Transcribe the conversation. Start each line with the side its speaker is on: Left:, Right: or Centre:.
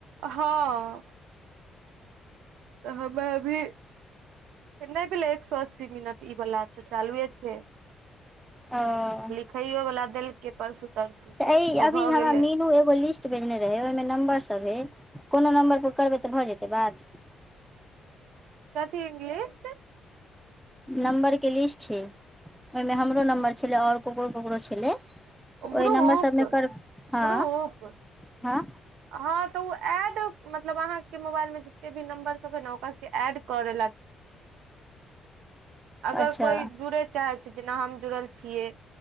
Right: हँ तऽ हमरा अभी नैय भेलै एक सों अस्सी मिनट ई वला तऽ चालुए छै।
Centre: हअ
Right: खायो वला देल के परसू तरसू
Centre: तऽ
Right: ओहो
Centre: ई अभी
Right: भऽ
Centre: हमरा
Right: गेलै
Centre: मीनू एगो लिस्ट त भेजने रहे ओइमे नम्बर सब रहै कोनो नम्बर पर करबै तऽ भऽ जेतै बात
Right: कथी इंग्लिस्ट
Centre: नम्बर के लिस्ट छै, ओएमे हमरो नम्बर छलै ओर ककरो - ककरो छलै। ओय
Right: ग्रुप
Centre: नम्बर सभमे कर हँ-
Right: ग्रुप
Centre: हँ
Right: हँ तऽ ओ एड मतलब अहाँ के मोबाइल मे जते भी नंम्बर सभ है ने ओकरा सबके एड कर लेलक। अगर
Centre: अच्छा
Right: कोइ जुड़य चाहै छै, जेना हम जुड़ल छियै,